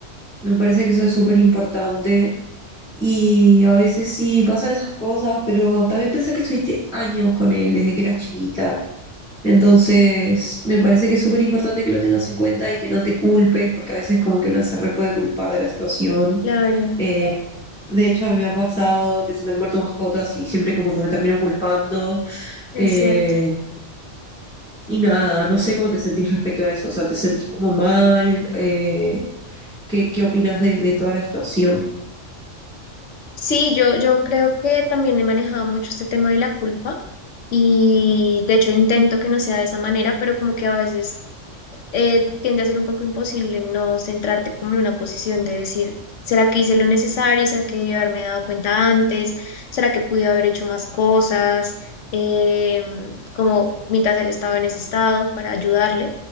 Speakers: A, in the centre; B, on the left.
A: me parece que eso es súper importante. Y a veces sí pasan esas cosas, pero también pensé que estuviste años con él desde que eras chiquita. Entonces, me parece que es súper importante que lo tengas en cuenta y que no te culpes, porque a veces como que una se re puede culpar de la situación.
B: Claro,
A: Eh, de hecho, a mí me ha pasado que se me han muerto mascotas y siempre como que me termino culpando.
B: es
A: Eh,
B: cierto.
A: y nada, no sé cómo te sentís respecto a eso. O sea, ¿te sentís como mal? Eh, ¿qué, qué opinas de, de toda la situación?
B: Sí, yo, yo creo que también he manejado mucho este tema de la culpa y de hecho intento que no sea de esa manera, pero como que a veces eh, tiende a ser un poco imposible no centrarte como en una posición de decir, ¿será que hice lo necesario? ¿Será que debí haberme dado cuenta antes? ¿Será que pude haber hecho más cosas? Eh, como mientras él estaba en ese estado para ayudarle.